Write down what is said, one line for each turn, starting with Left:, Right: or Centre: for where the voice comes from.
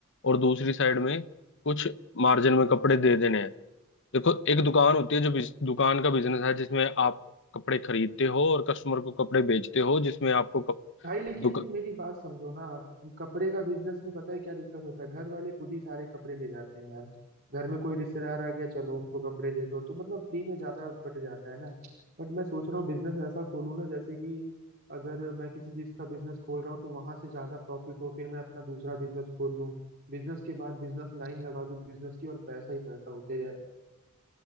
Left: और दूसरी साइड में कुछ मार्जिन में कपड़े दे देने हैं देखो एक दुकान होती है जो बिज, दुकान का बिजनेस है जिसमें आप कपड़े खरीदते हो और कस्टमर को कपड़े बेचते हो जिसमें आपको कप,
Right: भाई लेकिन
Left: दुक,
Right: मेरी बात समझो ना आप अब कपड़े का बिजनेस में पता है क्या दिक्कत होता है घर वाले खुद ही सारे कपड़े ले जाते हैं यार घर में कोई रिश्तेदार आ गया चलो उनको कपड़े दे दो तो मतलब फ्री में ज्यादा बट जाता है ना बट मैं सोच रहा हूँ बिजनेस ऐसा खोलूँ ना जैसे कि अगर मैं किसी चीज का बिजनेस खोल रहा हूँ तो वहां से ज्यादा प्रॉफिट हो फिर मैं अपना दूसरा बिजनेस खोल लूँ बिजनेस के बाद बिजनेस लाइन लगा दूँ बिजनेस की और पैसा ही पैसा होते जाए